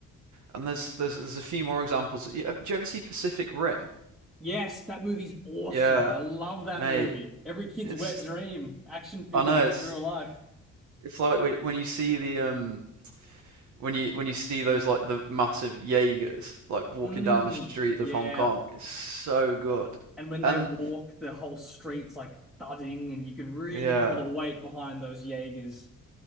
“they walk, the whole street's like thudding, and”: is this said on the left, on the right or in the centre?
Centre